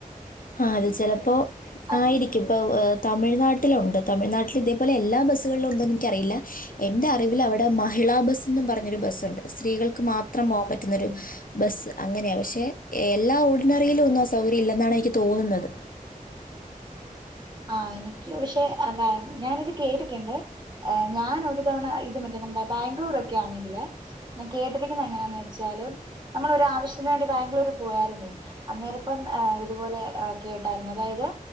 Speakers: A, on the left; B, on the right.
A: ആഹ് അത് ചെലപ്പോ
B: ആഹ്
A: ആയിരിക്കും ക്കിപ്പോ തമിഴ്നാട്ടിലുണ്ട് തമിഴ് നാട്ടിൽ ഇതെപോലെ എല്ലാ ബസ്സുകളിലുണ്ടൊന്ന് എനിക്കറിയില്ല എന്റെ അറിവിൽ അവിടെ മഹിളാ ബസ്ന്ന് പറഞ്ഞൊരു ബസ്സുണ്ട് സ്ത്രീകൾക്ക് മാത്രം പോകാൻ പറ്റും റ്റ്ന്നൊരു
B: ഉം
A: ബസ്സ് അങ്ങനെയ പക്ഷെ എല്ലാ ഓർഡിനറിയിലും ഒന്ന സൗകര്യല്ലെന്നാണ് എനിക്ക് തോന്നുന്നത്
B: ആഹ് എനിക്ക് പക്ഷെ അതാ ഞാനിത് കേട്ടിട്ടുണ്ട് ആഹ് ഞാനൊരു തവണ ഇത് മറ്റേ നമ്മുടെ ബാംഗ്ലൂരൊക്കെ ആണെങ്കില് ഞാൻ കേട്ടിരിക്കുന്നത് എങ്ങനാന്ന് വെച്ചാല് നമ്മളൊരാവശ്യത്തിന് വേണ്ടി ബാംഗ്ലൂര് പോയരുന്നേ അന്നേരപ്പം ആ ഇതുപോലെ കേട്ടായിരുന്നു അതായത്